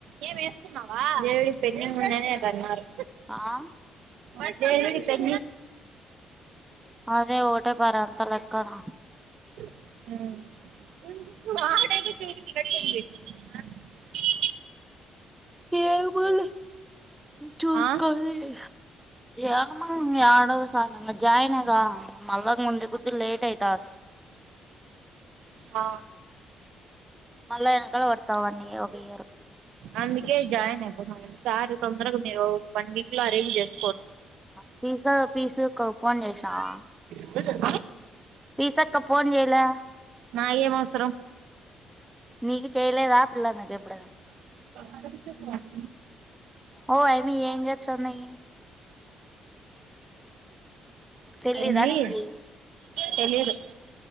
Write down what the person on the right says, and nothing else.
ఏం వేసుకున్నావా దేవుడి పెండింగ్ ఉందనే అ అన్నారు
అతే <inaudible>
మ్ <inaudible>
ఆ
ఆ
అందుకే జాయిన్ అయిపోదాం సార్ తొందరగా మీరు వన్ వీక్ లో అరేంజ్ జేస్త
తెజ <inaudible>
నాయే మవసరం
అద విచ్చ పో <inaudible>
ఎంది
తెలియదు